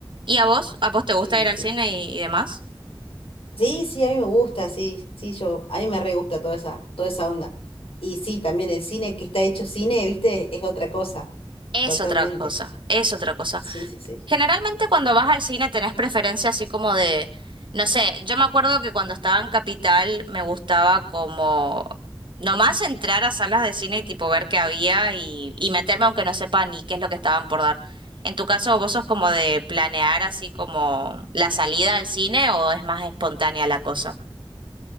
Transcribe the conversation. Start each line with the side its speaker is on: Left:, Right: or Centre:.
Right: ¿Y a vos? ¿A vos te gusta
Left: Sí,
Right: ir al
Left: sí.
Right: cine y, y demás?
Left: Sí, sí, a mí me gusta, sí, sí, yo, a mí me re gusta toda esa, toda esa onda. Y sí, también el cine que está hecho cine, viste, es otra cosa,
Right: Es
Left: totalmente.
Right: otra cosa, es otra cosa.
Left: Sí, sí, sí.
Right: Generalmente cuando vas al cine tenés preferencia así como de, no sé, yo me acuerdo que cuando estaba en Capital me gustaba como nomás entrar a salas de cine y tipo ver qué había y, y meterme aunque no sepa ni qué es lo que estaban por dar. En tu caso, ¿vos sos como de planear así como la salida al cine o es más espontánea la cosa?